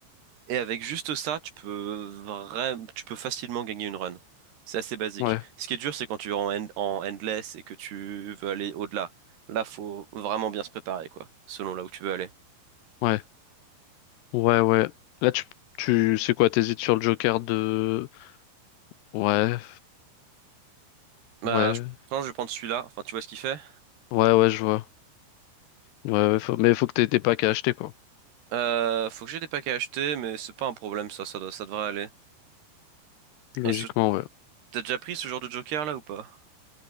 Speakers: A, on the right; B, on the left.
A: Et avec juste ça, tu peux vraiment, tu peux facilement gagner une run. C'est assez basique.
B: Ouais,
A: Ce qui est dur, c'est quand tu es en, end- en endless et que tu veux aller au-delà. Là, faut vraiment bien se préparer, quoi, selon là où tu veux aller.
B: ouais, ouais, ouais. Là, tu, tu sais quoi, t'hésites sur le joker de... Ouais,
A: Bah,
B: ouais,
A: je pense que je vais prendre celui-là. Enfin, tu vois ce qu'il fait.
B: ouais, ouais, je vois. Ouais, ouais, faut- mais faut que t'aies des packs à acheter, quoi.
A: Euh, faut que j'ai des paquets à acheter, mais c'est pas un problème, ça, ça, doit- ça devrait aller.
B: Logiquement,
A: Et ce-
B: ouais.
A: t'as déjà pris ce genre de joker là ou pas?